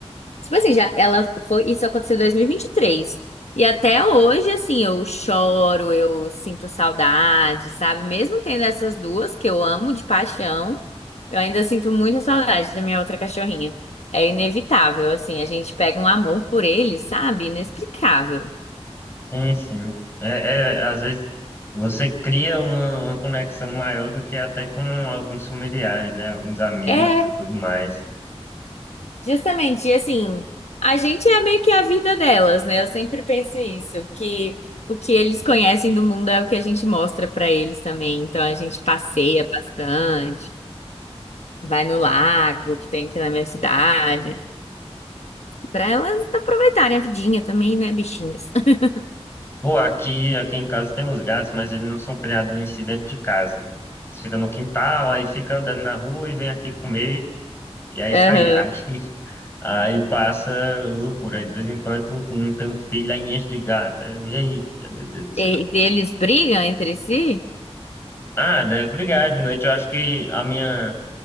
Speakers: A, on the left (about 80°); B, on the left (about 20°).
A: Tipo assim, já ela foi, isso aconteceu em dois mil E vinte e e três E até hoje, assim, eu choro, eu sinto saudade, sabe? Mesmo tendo essas duas que eu amo de paixão, eu ainda sinto muita saudade da minha outra cachorrinha. É inevitável, assim, a gente pega um amor por eles, sabe? Inexplicável.
B: sim, sim. É, é, às vezes você cria uma, uma conexão maior do que até com alguns familiares, né? Alguns amigos
A: é
B: e tudo mais.
A: Justamente, e assim, a gente é meio que a vida delas, né? Eu sempre penso isso, que o que eles conhecem do mundo é o que a gente mostra pra eles também. Então a gente passeia bastante, vai no lago que tem aqui na minha cidade, pra elas aproveitarem a vidinha também, né, bichinhas? <laughs>
B: Pô, aqui, aqui em casa tem uns gatos, mas eles não são criados em si dentro de casa. Eles ficam no quintal, aí fica andando na rua e vem aqui comer, e é isso
A: Aham.
B: aí. <laughs> Aí, aí passa loucura. Aí, de vez em quando eu não tenho um filho, aí enche de gato. Aí, eu, eita, meu Deus do céu.
A: E, e eles brigam entre si?
B: Ah, deve brigar. De noite eu acho que a minha.